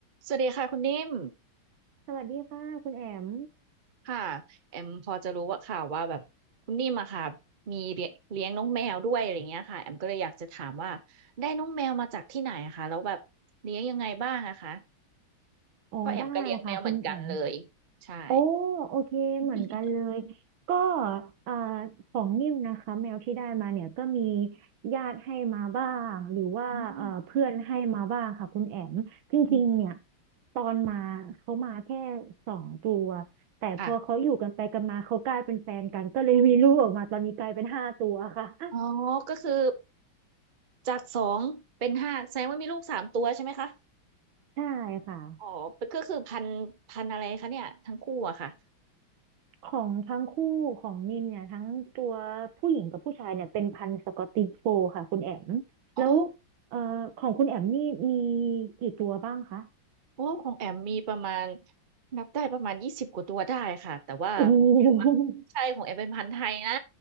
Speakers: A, on the right; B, on the right.
A: สวัสดีค่ะคุณนิ่ม
B: สวัสดีค่ะคุณแอม
A: ค่ะแอมพอจะรู้ว่าข่าวว่าแบบคุณนิ่มอะค่ะมีเลี้ยงเลี้ยงน้องแมวด้วยอะไรเงี้ยค่ะแอมก็เลยอยากจะถามว่าได้น้องแมวมาจากที่ไหนอะคะแล้วแบบเลี้ยงยังไงบ้างอะคะ
B: อ๋อได้ค่ะคุณแอม
A: เพราะแอมก็เลี้ยงแมวเหมือนกันเลยใช่
B: โอ้โอเคเหมือนกันเลย
A: <laughs>
B: ก็เอ่อของนิ่มนะคะแมวที่ได้มาเนี่ยก็มีญาติให้มาบ้างหรือว่าเอ่อเพื่อนให้มาบ้างค่ะคุณแอมจริงๆเนี่ย
A: อืมอืม
B: ตอนมาเขามาแค่สองตัว แต่พอเขาอยู่กันไปกันมาเขากลายเป็นแฟนกันก็เลยมีลูกออกมาตอนนี้กลายเป็นห้าตัวค่ะ
A: ค่ะ
B: <laughs>
A: อ๋อก็คือจากสองเป็นห้าแสดงว่ามีลูกสามตัวใช่ไหมคะ
B: ใช่ค่ะ
A: อ๋อก็คือพันพันอะไรคะเนี่ยทั้งคู่อะค่ะ
B: ของทั้งคู่ของนิมเนี่ยทั้งตัวผู้หญิงกับผู้ชายเนี่ยเป็นพันธุ์สกอตติชโฟลด์ค่ะคุณแอมแล้ว
A: อ๋อ
B: เอ่อของคุณแอมนี่มีกี่ตัวบ้างคะ
A: โอ้ของแอมมีประมาณนับได้ประมาณยี่สิบกว่าตัวได้ค่ะแต่ว่าของแอมอะใช่ของแอมเป็นพันธุ์ไทยนะ
B: โอ้โห